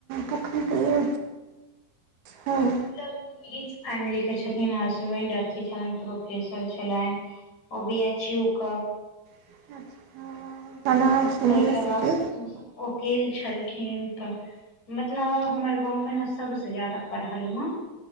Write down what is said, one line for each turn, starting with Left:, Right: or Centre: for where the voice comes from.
Right: तखन त ओ <unintelligible>
Left: मतलब कनि रच फैमिली के छथिन हसबैंड अथी छलनि प्रोफेसर छलईन अबीयाचू क
Right: <unintelligible> यूनिवर्सिटी
Left: ताहिके बाद ओकील छलखिन तऽ, मतलबब हमर गाँवमे न, सबसँ ज्यादा पढ़लम,